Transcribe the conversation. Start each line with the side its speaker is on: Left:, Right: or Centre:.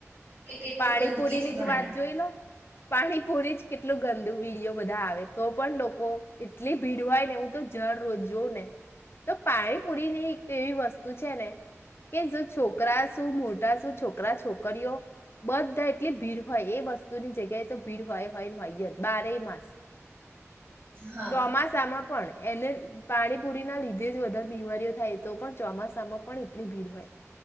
Right: કે કેટલું
Left: પાણીપુરી
Right: ગંદકીથી
Left: ની
Right: ભણાવે
Left: જ વાત જોઈ લો પાણીપુરી જ કેટલું ગંદુ વિડીયો બધા આવે તો પણ લોકો એટલી ભીડ હોય ને એવું તો જળ રોજ જોું ને તો પાણીપુરીની એક એવી વસ્તુ છે ને કે જો છોકરા શું મોટા શું છોકરા છોકરીઓ બધા એટલી ભીડ હોય એ વસ્તુની જગ્યાએ તો ભીડ હોય હોય હોયયત બારે માસ
Right: હા
Left: ચોમાસામાં પણ એને પાણીપુરી ના લીધે જ વધારે બીમારીઓ થાય તો પણ ચોમાસામાં પણ એટલી ભીડ હોય